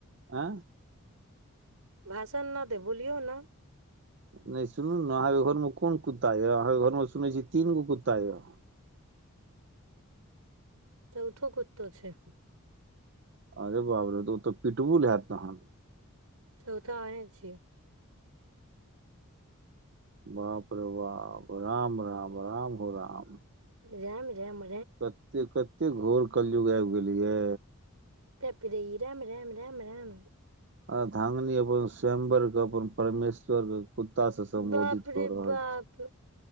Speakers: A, on the right (about 50°); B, on the right (about 80°).
A: आँ
B: भाषण नहि दे बोलियौ ने
A: नहि सुनू ने अहाँके घरमे कोन कुत्ता यए अहाँके घरमे सुनै छीियै तीन गो कुत्ता यए
B: चौथो कुत्तो छै
A: अरे बाब रे तऽ ओ तऽ पिटबु हैत तहन
B: चोथा अहि छी
A: बाप र बाप राम राम राम हो राम
B: जेम जेम
A: कतेक कतेक घोर कलयुग आबि गेलियय
B: तेपरि राम राम राम राम
A: आ धांगनी अपन स्वम्बर के अपन परमेश्वर के कुत्ता से सम्बोधित
B: बाप रे
A: कऽ रहल
B: बाप